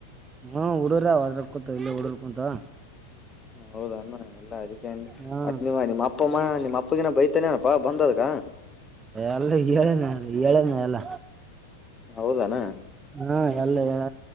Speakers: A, on the right; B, on the left.
A: ಹಾ ಹಡರ್ರ ಅದ್ರ ಕುೂತ ಇಲ್ಲ ಹುಡರ್ಕ ಕುಂತ
B: ಹೌದ ಅಣ ಎಲ್ಲಾ ಅದಕ್ಕೆ ಅ
A: ಹ್ಮ್
B: ಮತ್ತ ನಿಮ್ಮ ನಿಮ್ಮ ಅಪ್ಪಮ್ಮ ನಿಮ್ಮ ಅಪ್ಪ ಅಪ್ಪಗಿನ ಬೈತಾನೇನಪ್ಪಾ ಬಂದದಕ
A: ಎಲ್ಲ ಏೇಳನ ಏಳನ ಎಲ್ಲ
B: ಹೌದಣ
A: ಹಾ ಎಲ್ಲ ಹೇಳ